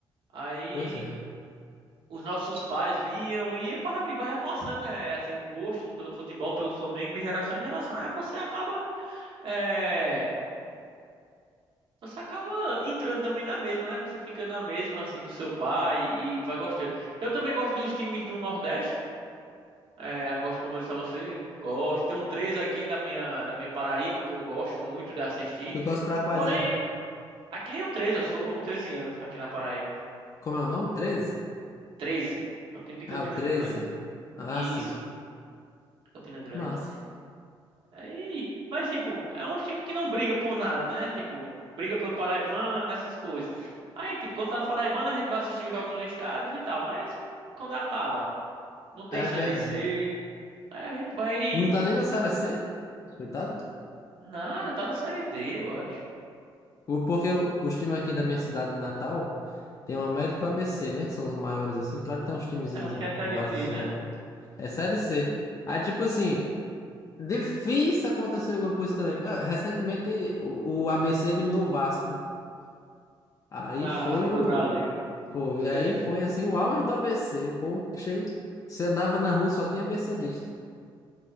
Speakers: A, on the right; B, on the left.
A: Aí
B: Pois é.
A: os nossos pais viam e ia pra- e vai repassando, né? Assim, o gosto pelo futebol, pelo Flamengo, de geração em geração. Aí você acaba. é, Você acaba entrando também na mesma, né? Você fica na mesma, assim, do seu pai e vai gostando. Eu também gosto dos times do Nordeste. É, eu gosto, como eu disse a você, gosto. Tem um três aqui da minha, da minha Paraíba que eu gosto muito de assistir.
B: Tu torce pra quais
A: Porém,
B: aí?
A: aqui é o 13, eu sou 13 anos aqui na Paraíba.
B: Como é o nome? treze
A: Treze É o time de
B: Ah,
A: Campina
B: o treze
A: Grande.
B: Ah,
A: Isso,
B: sim.
A: Campina Grande.
B: Massa.
A: Aí, mas tipo, é um time que não briga por nada, né? Tipo, briga pelo Paraibano, essas coisas. Aí, tipo, quando tá no Paraibano, a gente vai assistir os jogos nos estádios e tal, mas quando acaba, não tem
B: É
A: Série
B: verdade.
A: C, aí a gente vai.
B: Não tá nem na Série C? Coitado.
A: Nada, tá na Série D, eu acho.
B: O- Porque o- os times aqui da minha cidade natal tem o América e o ABC, né? Que são os maiores, assim. Claro que tem uns timezinhos
A: É, Eu acho que é a Série
B: de vaso
A: C,
B: que são
A: né?
B: menor. É Série C. Aí, tipo assim, difícil acontecer alguma coisa também. Ah, Recentemente, o, o ABC eliminou o Vasco, né? Aí
A: Na,
B: foi
A: na Copa
B: o...
A: do Brasil.
B: Foi.
A: <laughs>
B: Aí foi, assim, o auge do ABC. O povo que chega... Você andava na rua, só tinha ABCdista.